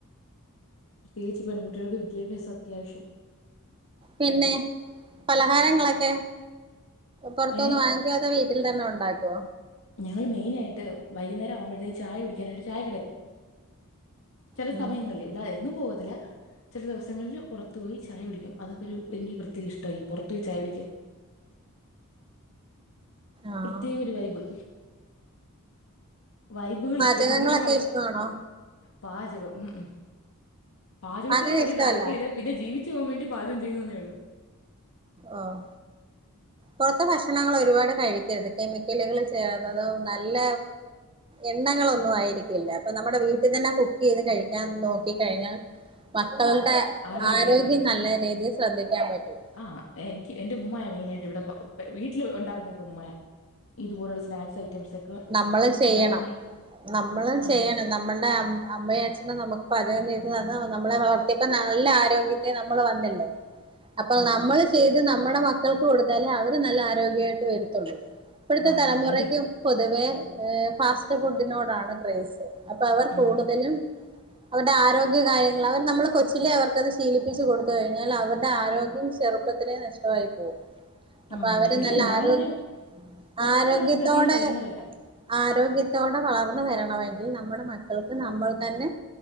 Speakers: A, on the left; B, on the right.
A: ത്യേകിച്ച് പെൺകുട്ടികൾക്ക് വിദ്യാഭ്യാസം അത്യാവശ്യാ
B: പിന്നെ പലഹാരങ്ങളൊക്കെ പുറത്തുന്ന്
A: ഏഹ്
B: വാങ്ങ്. ങ്ങിയതോ വീട്ടിൽ തന്നെ ഉണ്ടാക്കോ
A: ഞങ്ങള് മെയിനായിട്ട് വൈകുന്നേരം ആവുമ്പത്തേക്കും ചായ കുടിക്കാനായിട്ട് ചായ കടയിൽ പോവും. ചില
B: ഉം
A: സമയങ്ങളിൽ എല്ലാ എന്നും പോകത്തില്ല. ചില ദിവസങ്ങളിൽ പുറത്തു പോയി ചായ കുടിക്കും അതൊക്കെ ഒരുഎനിക്ക് പ്രത്യേക ഇഷ്ടാ ഈപുറത്തു പോയി ചായ കുടിക്കാൻ
B: ആഹ്
A: ത്യേക ഒരു വൈബ്. വൈബുകൾ
B: പാചകങ്ങളൊക്കെ
A: ഇഷ്ടപ്പെടുന്ന ഒരാളാ.
B: ഇഷ്ടമാണോ?
A: പാചകം ഉം ഉം പാചകത്തോട്
B: പാചകം
A: വലിയ
B: ഇഷ്ടമല്ല
A: താല്പര്യല്ല. പിന്നെ ജീവിച്ച് പോവാൻ വേണ്ടി പാചകം ചെയ്യുന്നെന്നുള്ളൂ.
B: ആഹ് പുറത്തെ ഭക്ഷണങ്ങൾ ഒരുപാട് കഴിക്കരുത്. കെമിക്കലുകൾ ചേർന്നതും നല്ല എണ്ണകളൊന്നും ആയിരിക്കില്ല. അപ്പൊ നമ്മുടെ വീട്ടിൽ തന്നെ കുക്ക് ചെയ്ത് കഴിക്കാൻ നോക്കി ക്കഴിഞ്ഞാൽ മക്കളുടെ
A: ആരോഗ്യമായിരിക്കും
B: ആരോഗ്യം നല്ല രീതിയിൽ ശ്രദ്ധിക്കാൻ പറ്റും.
A: ആഹ് എനിക്ക് എന്റെ ഉമ്മായാ മെയിനായിട്ട് ഇവിടെ വീട്ടില് ഉണ്ടാക്കുന്നൊക്കെ ഉമ്മായാ. ഇതുപോലുള്ള സ്നാക്സ് ഐറ്റംസ്.
B: നമ്മള് ചെയ്യണം.
A: ഉണ്ടാക്കുന്നേ
B: നമ്മള്
A: ആ
B: ചെയ്യണം. ന നമ്മളുടെ അമ്മയും അച്ഛനും നമ്മുക്ക് പാചകം ചെയ്ത് തന്ന്. നമ്മളെ വളർത്തിയപ്പോ നല്ല ആര്യോ ഗ്യത്തിൽ നമ്മള് വന്നില്ലേ അപ്പ
A: ആ
B: നമ്മള് ചെയ്ത് നമ്മുടെ മക്കൾക്ക് കൊടുത്താലേ അവര് നല്ല ആരോഗ്യായിട്ട് വരുത്തുള്ളൂ. ഇപ്പോഴത്തെ
A: ആ
B: തലമുറക്കും.
A: ആ എന്റെ
B: പൊതുവെ ഫാസ്റ്റ് ഫുഡിനോടാണ് ക്രേയ്സ് അപ്പൊ അവർ
A: ആ
B: കൂടുതലും. അവര്ടെ ആരോഗ്യകാര്യങ്ങള് അവര് നമ്മള് കൊച്ചിലെ അവർക്കത് ശീലിപ്പിച്ച് കൊടുത്ത്. കഴിഞ്ഞാല് വരുടെ ആരോഗ്യം ചെറു ചെറുപ്പത്തിലേ നഷ്ടോ ആയിപ്പോകും. അപ്പൊ
A: ആ
B: അവര്
A: ഇല്ല
B: നല്ല
A: ഞങ്ങളങ്ങനെ
B: ആരോഗ്യ
A: പുറത്തുന്നുള്ള
B: ആരോഗ്യത്തോടെ.
A: ഫുഡ് അധികം കഴിക്കുന്നവരല്ല
B: ആരോഗ്യത്തോടെ വളർന്നു വരണമെങ്കിൽ നമ്മുടെ മക്കൾക്ക് നമ്മൾ തന്നെ.